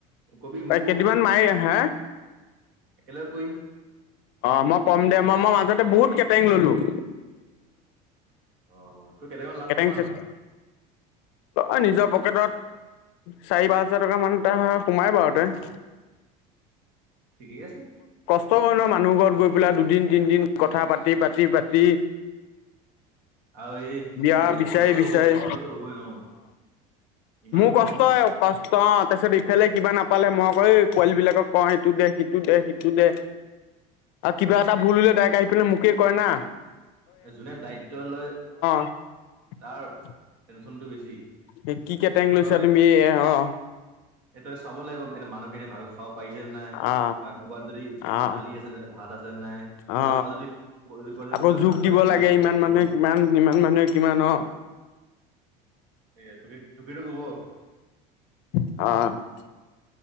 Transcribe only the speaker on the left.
কেইদিনমান
মাৰি হে
অ, মই কম দে মই মই মাজতে বহুত কেটাৰিং ললোঁ।
কেটেং
চেটেং
অ' নিজৰ পকেটত চাৰি পাঁচ হাজাৰ টকামান এটা সোমাই বাৰু তেই।
তৰ মানুহ ঘৰত গৈ পেলাই দুদিন তিনিদিন কথা পাতি-পাতি-পাতি।
বিয়া
বিচাৰি
বিচাৰি
মোৰ
কষ্ট কষ্টত তাৰপিছত ইফালে কিবা নাপালে মই কওঁ পোৱালীবিলাকক এইটো দে সিটো দে সিটো দে। আৰু কিবা এটা ভুল লে ডাইক আহি পিনে মোকে কয় না।
<unintelligible>
এ কি কেটেং
লৈছা
তুমি এ অ
অ
অ
অ
আকৌ
যোগ
দিব
লাগে ইমান
মানুহে কিমান ইমান মানুহে কিমান অ
অ'